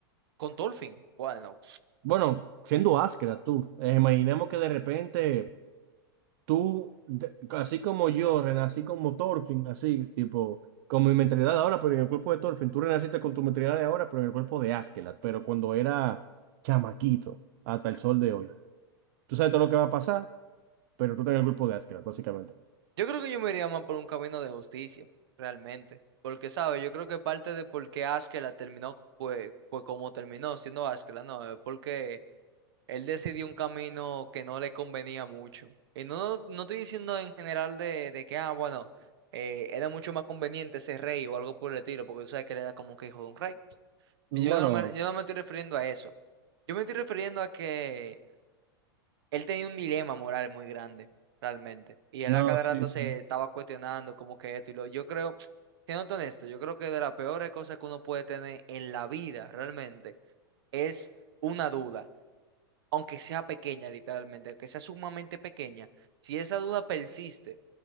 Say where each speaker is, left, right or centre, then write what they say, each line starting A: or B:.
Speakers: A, on the right (about 75°); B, on the right (about 60°).
A: Con Tolfin. Bueno,
B: Bueno, siendo Askeladd tú, eh, imaginemos que de repente tú, de- así como yo, renací como Thorfinn, así, tipo, con mi mentalidad de ahora, pero en el cuerpo de Thorfinn. Tú renaciste con tu mentalidad de ahora, pero en el cuerpo de Askeladd, pero cuando era chamaquito, hasta el sol de hoy. Tú sabes todo lo que va a pasar, pero tú estás en el cuerpo de Askeladd, básicamente.
A: yo creo que yo me iría más por un camino de justicia, realmente. Porque, ¿sabes? Yo creo que parte de por qué Ashkela terminó, pues, pues como terminó siendo Ashkela, no, es porque él decidió un camino que no le convenía mucho. Y no, no estoy diciendo en general de, de que, ah, bueno, eh, era mucho más conveniente ser rey o algo por el estilo, porque tú sabes que él era como que hijo de un rey.
B: Bueno,
A: Y Yo no me, yo no me estoy refiriendo a eso. Yo me estoy refiriendo a que Él tenía un dilema moral muy grande, realmente. Y él
B: no,
A: a cada
B: sí,
A: rato
B: sí.
A: se estaba cuestionando como que esto y lo. Yo creo, <tsk> siendo honesto, yo creo que de las peores cosas que uno puede tener en la vida, realmente, es una duda. Aunque sea pequeña, literalmente, aunque sea sumamente pequeña, si esa duda persiste